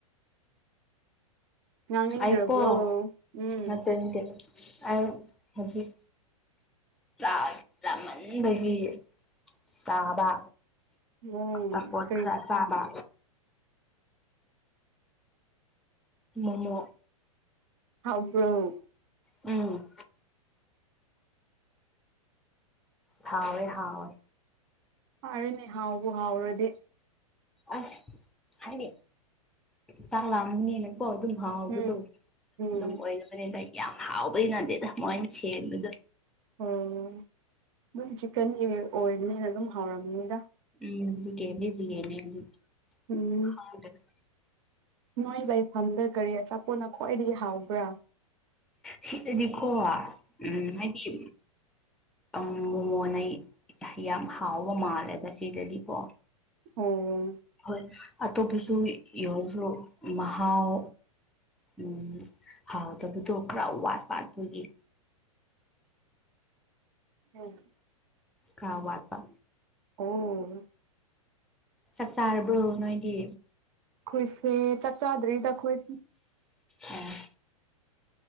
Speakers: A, on the right (about 50°); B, in the centre.
A: ꯉꯥꯡꯅꯤꯡꯗ꯭ꯔꯕ꯭ꯔꯣ
B: ꯑꯩꯀꯣ <unintelligible>
A: ꯎꯝ
B: ꯑꯩ ꯍꯧꯖꯤꯛ ꯆꯥꯛ ꯆꯥꯃꯟꯕꯒꯤ ꯆꯥꯕ
A: ꯎꯝ
B: ꯑꯆꯥꯄꯣꯠ
A: ꯀꯔꯤ
B: ꯈꯔ ꯆꯥꯕ ꯃꯣꯃꯣ
A: ꯍꯥꯎꯕ꯭ꯔꯣ
B: ꯎꯝ ꯍꯥꯎꯋꯦ ꯍꯥꯎꯋꯦ
A: ꯐꯔꯦꯅꯦ ꯍꯥꯎꯕꯨ ꯍꯥꯎꯔꯗꯤ
B: ꯑꯁ ꯍꯥꯏꯗꯤ ꯆꯥꯛ ꯂꯥꯝꯃꯅꯤꯅ ꯀꯣ ꯑꯗꯨꯝ ꯍꯥꯎꯕꯗꯨ
A: ꯎꯝ ꯎꯝ
B: ꯑꯗꯨꯝ ꯑꯣꯏꯅ ꯕꯅꯤꯗ ꯌꯥꯝ ꯍꯥꯎꯕꯩ ꯅꯠꯇꯦꯗ ꯃꯣꯏꯅ ꯁꯦꯝꯕꯗꯨ
A: ꯑꯣ ꯗꯨꯝ ꯆꯤꯛꯀꯟꯒꯤ ꯑꯣꯏꯕꯅꯤꯅ ꯑꯗꯨꯝ ꯍꯥꯎꯔꯝꯅꯤꯗ
B: <unintelligible>
A: ꯎꯝ
B: <unintelligible>
A: ꯅꯣꯏ ꯂꯩꯐꯝꯗ ꯀꯔꯤ ꯑꯆꯥꯄꯣꯠꯅ ꯈ꯭ꯋꯥꯏꯗꯒꯤ ꯍꯥꯎꯕ꯭ꯔꯥ
B: ꯁꯤꯗꯗꯤꯀꯣ ꯎꯝ ꯍꯥꯏꯗꯤ ꯎꯝ ꯃꯣꯃꯣꯅ ꯌꯥꯝ ꯍꯥꯎꯕ ꯃꯥꯜꯂꯦꯗ ꯁꯤꯗꯗꯤꯀꯣ
A: ꯑꯣ
B: ꯍꯣꯏ ꯑꯇꯣꯞꯄꯁꯨ ꯌꯥꯎꯔꫭ ꯃꯍꯥꯎ ꯎꯝ ꯍꯥꯎꯇꯕꯇꯣ ꯈꯔ ꯋꯥꯠ ꯄꯥꯠꯄꯒꯤ
A: ꯎꯝ
B: ꯈꯔ ꯋꯥꯠꯄ
A: ꯑꯣ
B: ꯆꯥꯛ ꯆꯥꯔꯕ꯭ꯔꯣ ꯅꯣꯏꯗꯤ
A: ꯈꯣꯏꯁꯦ ꯆꯥꯛ ꯆꯥꯗ꯭ꯔꯤꯗ ꯈꯣꯏ
B: ꯑꯣ